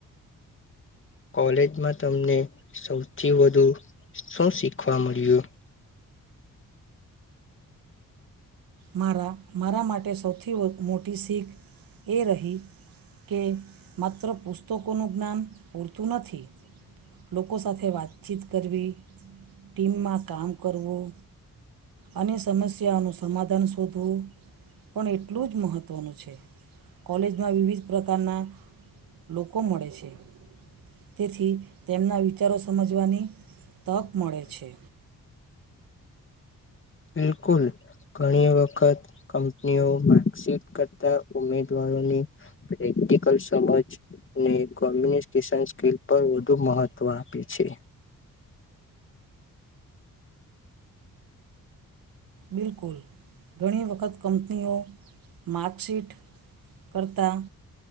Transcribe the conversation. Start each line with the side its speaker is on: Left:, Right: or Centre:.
Left: કોલેજમાં તમને સૌથી વધુ શું શીખવા મળ્યું?
Right: મારા-મારા માટે સૌથી વ મોટી શીખ એ રહી કે માત્ર પુસ તકોનું જ્ઞાન પૂરતું નથી. લોકો સાથે વાતચીત કરવી, ટીમમાં કામ કરવું, અને સમસ્યાઓનું સમાધ ધાન શોધવું પણ એટલું જ મહત્ત્વનું છે. કોલેજમાં વિવિધ પ્રકારના લોકો મળે છે. તેથી તેમના વિચારો સમજવાની તક મળે છે.
Left: બિલકુલ. ઘણી વખત કંપનીઓ માર્કશીટ કરતા ઉમેદવારોની પ્રેક્ટિકલ સમજ અને કોમ્યુનિકેશન સ્કિલ પર વધુ મહત્ત્વ આપે છે.
Right: બિલકુલ. ઘણી વખત કંપનીઓ માર્કશીટ કરતાં